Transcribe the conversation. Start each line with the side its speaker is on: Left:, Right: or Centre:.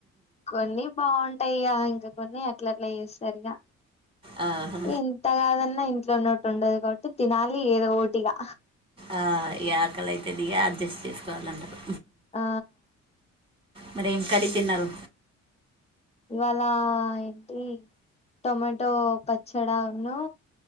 Left: కొన్ని బావుంటాయిగా ఇంక కొన్ని అట్లట్లా చేస్తారిగా
Right: ఆహా.
Left: ఎంతగాదన్నా ఇంట్లో ఉన్నట్టు ఉండదు కావట్టి తినాలి ఏదో ఓటిగా
Right: ఆ ఈ ఆకలైతదిగా అడ్జస్ట్ చేసుకోవాలంటరు
Left: ఆ
Right: మరేం కర్రీ తిన్నరు
Left: ఇవాళ ఏంటి టొమాటో పచ్చడాన్ను